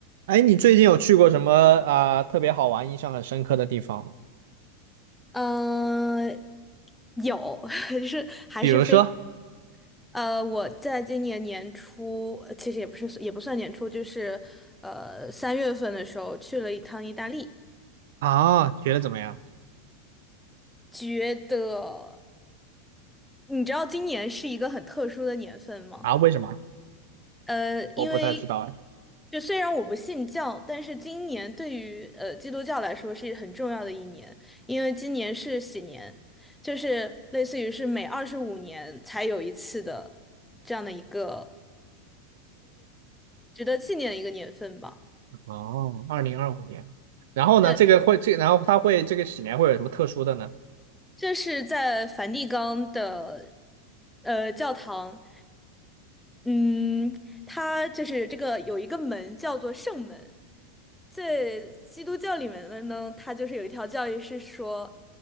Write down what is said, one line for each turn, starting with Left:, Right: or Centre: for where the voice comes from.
Right: 哎，你最近有去过什么啊、呃特别好玩、印象很深刻的地方吗？
Centre: 嗯，有，<laughs> 是还是非
Right: 比如说
Centre: 呃，我在今年年初，呃其实也不是也不算年初，就是呃三月份的时候去了一趟意大利，
Right: 啊，觉得怎么样
Centre: 觉得你知道今年是一个很特殊的年份吗？
Right: 啊？为什么？
Centre: 呃，因为
Right: 我不太知道哎。
Centre: 就虽然我不信教，但是今年对于呃基督教来说是很重要的一年，因为今年是喜年，就是类似于是每二十五年才有一次的这样的一个值得纪念的一个年份吧。
Right: 哦，哦二零二五年，然后呢？
Centre: 对。
Right: 这个会这个，然后它会这个喜年会有什么特殊的呢？
Centre: 这是在梵蒂冈的呃教堂，嗯，它就是这个有一个门叫做圣门，在基督教里面的呢，它就是有一条教义是说，